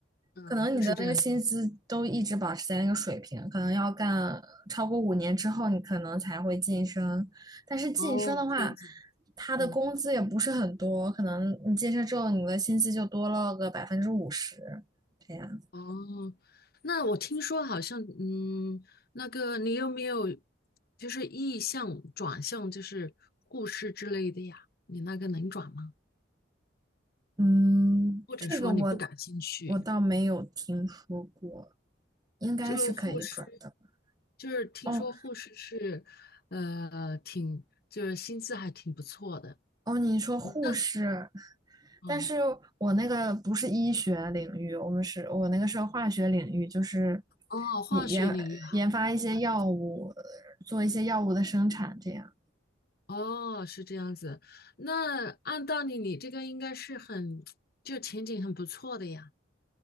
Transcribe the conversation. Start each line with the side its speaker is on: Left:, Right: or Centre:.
Left: 嗯，
Right: 可能你的那个薪资都一直保持在那个水平，
Left: 都是这样子。
Right: 可能要干超过五年之后，你可能才会晋升。但是晋升的话，
Left: 哦，这样子，
Right: 他的工资也不是很多，
Left: 嗯。
Right: 可能你晋升之后，你的薪资就多了个百分之五十，这样。
Left: 哦，那我听说好像，嗯，那个你有没有就是意向转向，就是护士之类的呀？你那个能转吗？
Right: 嗯，
Left: 或者说你不感兴趣？
Right: 这个我我倒没有听说过，应该是可以转的。
Left: 就是护士，就是听说护士是，
Right: 哦
Left: 呃，挺就是薪资还挺不错的。
Right: 哦，你说护士，
Left: 嗯那嗯，
Right: 但是我那个不是医学领域，我们是我那个是化学领域，就是
Left: 哦，化学领域哈。
Right: 研研研发一些药物，
Left: 啊
Right: 做一些药物的生产这样。
Left: 哦，是这样子。那按道理，你这个应该是很，就前景很不错的呀。